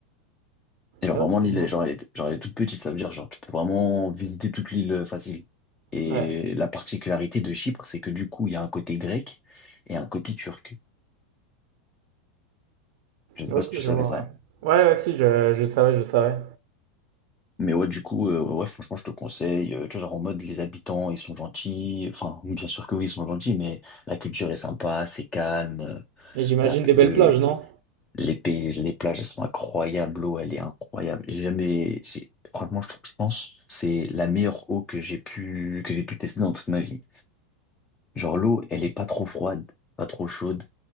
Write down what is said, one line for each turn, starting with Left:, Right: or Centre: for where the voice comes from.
Left: Et genre
Right: Ah,
Left: vraiment
Right: Ok,
Left: l'île,
Right: je vois.
Left: elle est- genre, elle est, genre elle est toute petite, ça veut dire genre tu peux vraiment visiter toute l'île euh, facile. Et
Right: Ouais.
Left: la particularité de Chypre, c'est que du coup, il y a un côté grec et un côté turc. Je sais
Right: Ok,
Left: pas si tu
Right: je
Left: savais
Right: vois,
Left: ça.
Right: ouais. Ouais, ouais, si, je, je savais, je savais.
Left: Mais ouais, du coup, euh, ouais, franchement, je te conseille. euh, tu vois, genre en mode les habitants, ils sont gentils. Enfin, bien sûr que oui, ils sont gentils, mais la culture est sympa, c'est calme. euh,
Right: Et j'imagine
Left: La,
Right: des
Left: les,
Right: belles plages, non?
Left: les pays, les plages, elles sont incroyables. L'eau, elle est incroyable. J'ai jamais, j'ai- franchement, je, trouve- je pense, que c'est la meilleure eau que j'ai pu, que j'ai pu tester dans toute ma vie. Genre l'eau, elle est pas trop froide, pas trop chaude.